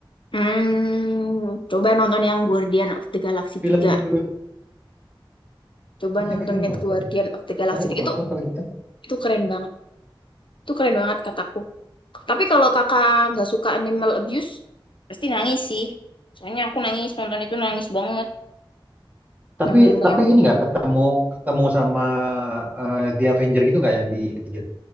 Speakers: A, on the left; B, on the right.
A: Hmm, coba nonton yang Guardian of the Galaxy
B: filmnya
A: tiga,
B: Groot.
A: Coba
B: Iya,
A: nonton
B: kayak belum
A: net
B: nonton
A: Guardian
B: deh.
A: of the Galaxy
B: Tadi aku
A: 3.
B: tonton
A: Itu
B: kalau gitu.
A: itu keren banget. Itu keren banget kataku. Tapi kalau kakak nggak suka animal abuse, pasti nangis sih. Soalnya aku nangis nonton itu nangis banget.
B: Tapi
A: Nggak bener
B: tapi
A: yang
B: ini nggak ketemu ketemu sama eh, The Avenger gitu nggak yang di ketiga?